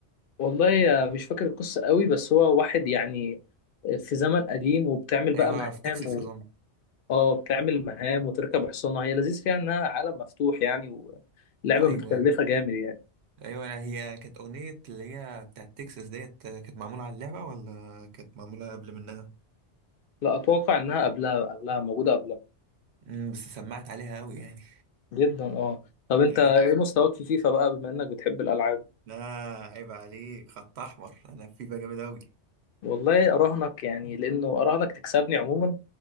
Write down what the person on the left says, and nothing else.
والله آه، مش فاكر القصة قوي بس هو واحد يعني في زمن قديم وبتعمل بقى
مهام
و...
اه بتعمل مهام وتركب حصانة هي لذيذ فيها انها عالم مفتوح يعني ولعبة
متكلفة جامد يعني
لا اتوقع انها قبلها قبلها موجودة قبلها
جدا اه طب انت
ايه
مستواك في فيفا بقى بما انك بتحب الالعاب
والله اراهنك يعني لانه اراهنك تكسبني عموما